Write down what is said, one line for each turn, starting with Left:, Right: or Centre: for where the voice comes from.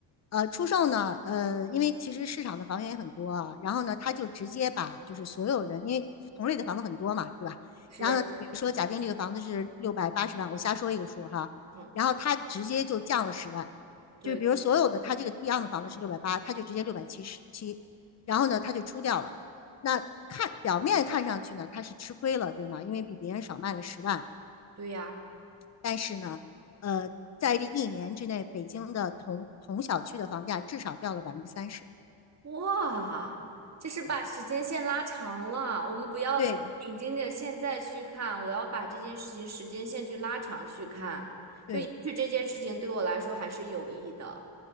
Left: 呃，出售呢，呃，因为其实市场的房源也很多啊，然后呢，他就直接把就是所有人，因为同类的房子很多嘛，对吧？
Right: 是，
Left: 然后呢，比如说假定这个房子是六百八十万，我瞎说一个数哈，
Right: 嗯，
Left: 然后他直接就降了十万，
Right: 对
Left: 就是比如所有的他这个一样的房子是六百八，他就直接六百七十七，然后呢，他就出掉了。那看表面看上去呢，他是吃亏了，对吗？因为比别人少卖了十万，
Right: 对呀。
Left: 但是呢，呃，在这一年之内，北京的同同小区的房价至少掉了百分之三十。
Right: 哇，就是把时间线拉长了。
Left: 对
Right: 我们不要紧盯着现在去看，
Left: 对
Right: 我要把这件事情时间线去拉长去看，
Left: 对
Right: 就也许这件事情对我来说还是有益的。